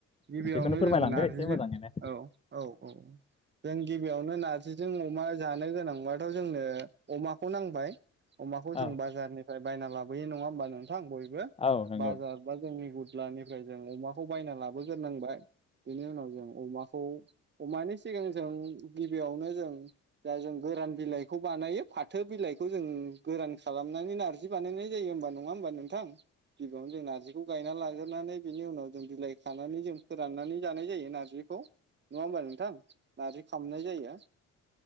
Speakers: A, on the right; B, on the left.
A: गिबियावनो
B: बेखौनो फोरमायलांदो
A: जों नारजिजों
B: एसे मोजाङैनो
A: औ औ औ जों गिबियावनो नारजि जों अमा जानो गोनांबाथ जोंनो अमाखौ नांबाय अमाखौ जों
B: औ
A: बाजारनि बार बायना लाबोयो नङा होनबा थां बयबो
B: औ नंगौ
A: बाजार बा जोंनि। अब्लानिफ्राय जों अमाखौ बायना लाबोग्रोनांबाय बेनि उनाव जों अमाखौ अमानि सिगां जों गिबियावनो जों दा जों गोरान बिलाइखौ बानायो फाथो बिलाइखौ जों गोरान खालामनानै नारजि। नारजि बानायनाय जायो होमबा नङा होमबा नोंथां गिबियावनो जों नारजिखौ गायना लाग्रोनानै बिनि उनाव जों बिलाइ खानानै जों फोराननानै जानाय जायो नार्जिखौ नङा होमबा नोंथां नार्जि खामनाय जायो